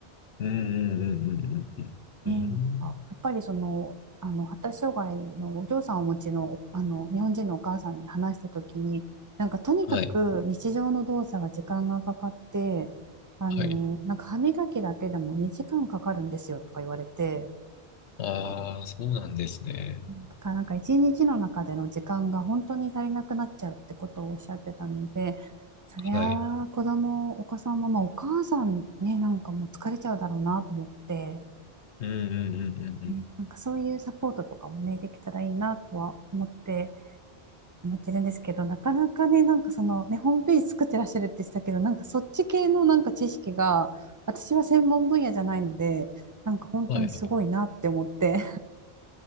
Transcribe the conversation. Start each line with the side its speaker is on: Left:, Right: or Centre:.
Left: うんうんうんうんうんうん。
Right: ね、
Left: うん
Right: なんかやっぱりその、あの発達障害のお嬢さんをお持ちの、あの日本人のお母さんに話した時になんかとにかく日常の動作が時間がかかってあのなんか歯磨きだけでも2時間かかるんですよとか言われて
Left: はい。はい。ああ、そうなんですね。
Right: だからなんか一日の中での時間が本当に足りなくなっちゃうってことをおっしゃってたのでそりゃあ子供お子さんも、
Left: はい。
Right: まあ、お母さんねなんかもう疲れちゃうだろうなと思って。
Left: うんうんうんうんうん。
Right: ねなんかそういうサポートとかもね、できたらいいなとは思って思ってるんですけど、なかなかね、なんかそのね、ホームページ作ってらっしゃるって言ってたけど、なんかそっち系のなんか知識が、私は専門分野じゃないので、なんか本当にすごいなって思って。
Left: はいはい。